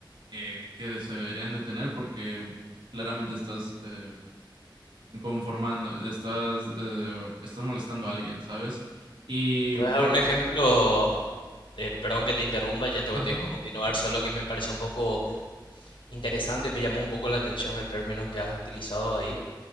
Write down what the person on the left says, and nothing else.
¿Me puedes
dar un Mm, ejemplo? Eh, perdón que te interrumpa, ya
te, te dejo continuar, solo que me pareció un poco interesante, me llamó un poco la atención el término que has utilizado ahí.